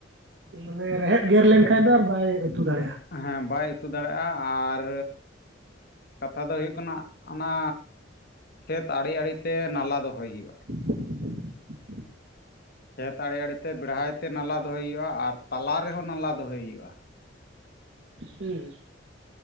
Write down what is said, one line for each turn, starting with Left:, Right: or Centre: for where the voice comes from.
Right: ᱢᱟᱱᱮ ᱨᱮᱦᱮᱫ ᱜᱮᱨ ᱞᱮᱱᱠᱷᱟᱡ ᱫᱚ ᱟᱨ ᱵᱟᱭ ᱟᱹᱛᱩ ᱫᱟᱲᱮᱜᱼᱟ᱾
Left: ᱦᱮᱸ ᱵᱟᱭ ᱟᱛᱩ ᱫᱟᱲᱮᱜᱼᱟ ᱟᱨ ᱠᱟᱛᱷᱟ ᱫᱚ ᱦᱩᱭᱩᱜ ᱠᱟᱱᱟ ᱚᱱᱟ ᱠᱷᱮᱛ ᱟᱲᱮ ᱟᱲᱮ ᱛᱮ ᱱᱟᱞᱟ ᱫᱚᱦᱚᱭ ᱦᱩᱭᱩᱜᱼᱟ᱾
Right: <inaudible>
Left: ᱠᱷᱮᱛ ᱟᱲᱮ ᱟᱲᱮ ᱛᱮ ᱵᱮᱲᱦᱟᱭ ᱛᱮ ᱱᱟᱞᱟ ᱫᱚᱦᱚᱭ ᱦᱩᱭᱩᱜᱼᱟ ᱟᱨ ᱛᱟᱞᱟ ᱨᱮᱦᱚᱸ ᱱᱟᱞᱟ ᱫᱚᱦᱚᱭ ᱦᱩᱭᱩᱜᱼᱟ᱾
Right: ᱦᱩᱸ